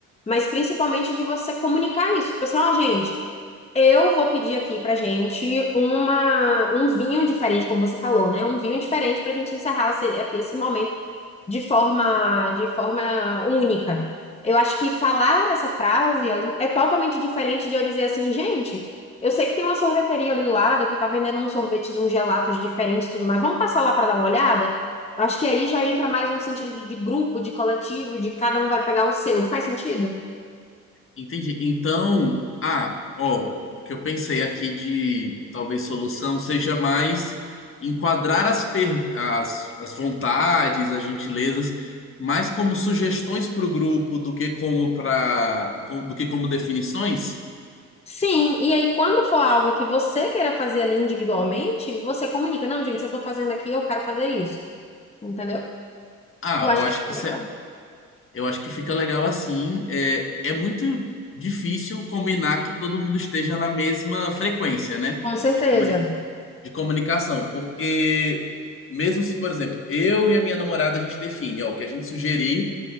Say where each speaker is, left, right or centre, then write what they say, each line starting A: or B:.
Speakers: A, on the left (about 20°); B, on the left (about 45°).
A: mas principalmente de você comunicar isso. Tipo assim, ó, gente, eu vou pedir aqui pra gente uma, um vinho diferente, como você falou, né? Um vinho diferente pra gente encerrar esse- aqui esse momento de forma, de forma única. Eu acho que falar essa frase ali é totalmente diferente de eu dizer assim, gente, eu sei que tem uma sorveteria ali do lado que tá vendendo uns sorvetes, uns gelatos diferentes e tudo mais. Vamos passar lá para dar uma olhada? Acho que aí já entra mais um sentido de, de grupo, de coletivo, de cada um vai pegar o seu. Faz sentido?
B: Entendi. Então, ah, ó, o que eu pensei aqui de talvez solução seja mais enquadrar as, per- as, as vontades, as gentilezas, mais como sugestões para o grupo do que como para do que como definições.
A: Sim, e aí quando for algo que você queira fazer ali individualmente, você comunica, não, gente, eu tô fazendo aqui, eu quero fazer isso. Entendeu?
B: Ah,
A: Eu acho
B: eu acho
A: que ficou
B: que isso
A: legal.
B: é Eu acho que fica legal assim. É, é muito difícil combinar que todo mundo esteja na mesma frequência, né?
A: Com certeza.
B: De, comuni de comunicação. Porque, mesmo se, por exemplo, eu e a minha namorada a gente define, ó, o que a gente sugerir